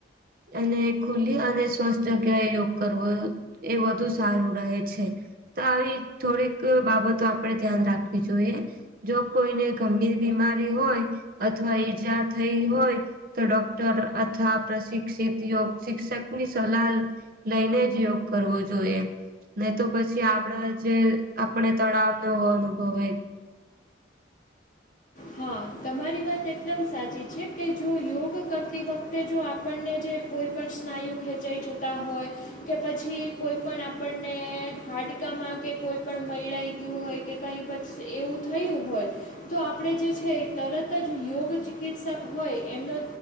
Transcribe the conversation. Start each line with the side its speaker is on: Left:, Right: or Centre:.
Right: અને ખુલી અને સ્વસ્થ જગ્યાએ યોગ કરવો. એ વધુ સારું રહે છે. તો આવી થોડીક બાબતો આપણેે ધ્યાન રાખવી જોઈએ. જો કોઈને ગંભીર બીમારી હોય, અથવા ઈજા થઈ હોય. તો ડોક્ટર અથવા પ્રશિક્ષ તેથી યોગ શિક્ષક ની સલાહ લઈને, જ યોગ કરવો જોઈએ. નઈ તો પછી આપણા જે તણાવ ન અનુભવે.
Left: હા, તમારી વાત એકદમ સાચી છે કે, જો યોગ કરતી વખતે જો આપણને જે કોઈપણ સ્નાયુ ખેંચાઈ જતા હોય કે, પછી કોઈપણ આપણને હાડકામાં કે કોઈ પણ મિડાઈ ગયું હોય કે, કઈ પછી એવું થયું હોય. તો આપણે જે છે, તરત જ યોગ ચિકિત્સક હોય એમનો.